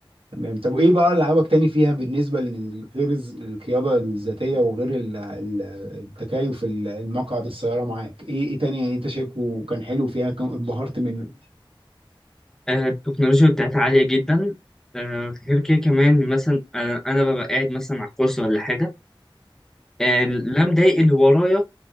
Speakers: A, on the right; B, in the centre.
A: تمام طب إيه بقى اللي عجبك تاني فيها بالنسبة لغير القيادة الذاتية وغير ال- ال- التكيف ال- المقعد السيارة معاك إيه إيه تاني أنت شايفه كان حلو فيها كان انبهرت منه؟
B: آه، التكنولوجيا بتاعتها عالية جدا آه، غير كده كمان مثلا آه، انا ببقى قاعد مثلا على الكرسي ولا حاجة آه، لا مضايق اللي ورايا